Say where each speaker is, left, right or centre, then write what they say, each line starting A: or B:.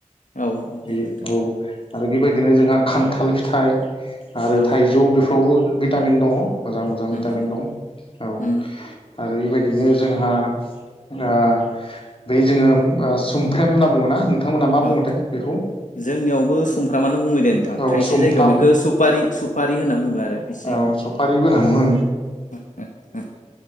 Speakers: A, on the left; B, on the left.
A: औ औ
B: बे
A: नोंथां
B: औ आरो बेबायदिनो जोंहा खान्थाल फिथाइ आरो
A: औ
B: थाइजौ बेफोरावबो। भिटामिन दङ। मोजां मोजां भिटामिन
A: उम
B: दं औ।
A: उम
B: आरो एबायदिनो जोंहा। आ बै जोङो आ सुमफ्रेम होनना बुङोना नोंथांमोना मा
A: औ
B: बुङोथाय बेखौ
A: जोंनियावबो सुमफ्रामानो बुङो दे नोंथां
B: औ
A: खायसे
B: सुमफ्राम
A: जायगायाव बेखौ सुफारि सुफारि होनना बुङो आरो खायसे
B: औ
A: जायगायाव।
B: सफारिबो होनना बुङो